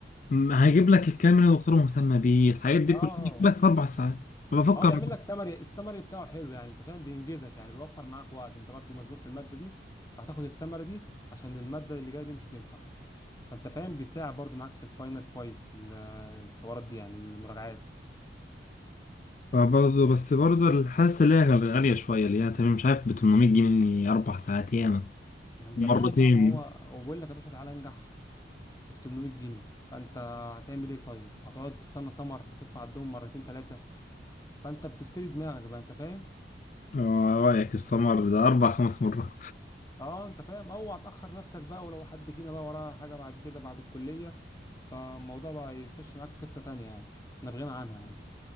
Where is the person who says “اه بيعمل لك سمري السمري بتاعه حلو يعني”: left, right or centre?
Left